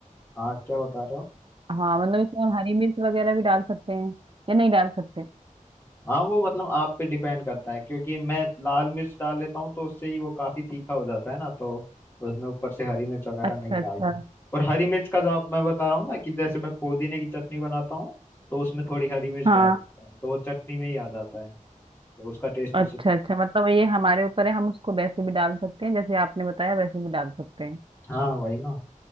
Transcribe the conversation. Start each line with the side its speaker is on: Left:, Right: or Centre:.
Left: हाँ क्या बता रहे हो
Right: हाँ मतलब इसमें हम हरी मिर्च वगैरह भी डाल सकते हैं या नहीं डाल सकते
Left: हाँ वो मतलब आप पे डिपेंड करता है क्योंकि मैं लाल मिर्च डाल लेता हूँ तो उससे ही वो काफी तीखा हो जाता है ना तो उसमें ऊपर से हरी मिर्च वगैरह
Right: अच्छा
Left: नहीं
Right: अच्छा
Left: डालता हूँ और हरी मिर्च का जो आप मैं बता रहा हूँ ना कि जैसे मैं पुदीने की चटनी बनाता हूँ तो उसमें थोड़ी हरी मिर्च
Right: हाँ
Left: डाल देता हूँ तो वो चटनी में ही आ जाता है तो उसका टेस्ट
Right: अच्छा
Left: उसे
Right: अच्छा मतलब ये हमारे ऊपर है हम उसको वैसे भी डाल सकते हैं जैसे आपने बताया वैसे भी डाल सकते हैं
Left: हाँ वही ना